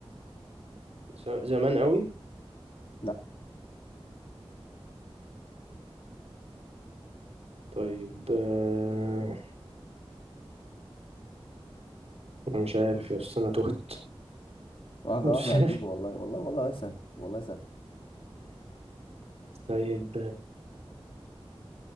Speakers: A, on the right; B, on the left.
A: س- زمان قوي
B: لا
A: طيب آه، أنا مش عارف يا أستاذ أنا تهت
B: واحدة
A: <laughs> مش
B: واحدة
A: عارف
B: هتجيبه والله والله والله سهل والله سهل
A: طيب